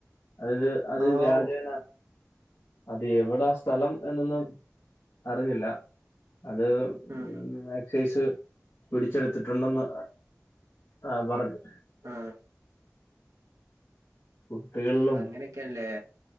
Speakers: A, on the left; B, on the right.
A: അതില് അത്
B: ആവൂ
A: വ്യാജേന അത് എവിടാ സ്ഥലം എന്നൊന്നും അറിഞ്ഞില്ല അത്
B: ഉം ഉം
A: മ്എക്സൈസ് പിടിച്ചെടുത്തിട്ടുണ്ടെന്ന് ആഹ് പറഞ്ഞു
B: ആഹ്
A: കുട്ടികളിലും
B: അങ്ങനെയൊക്കെയല്ലേ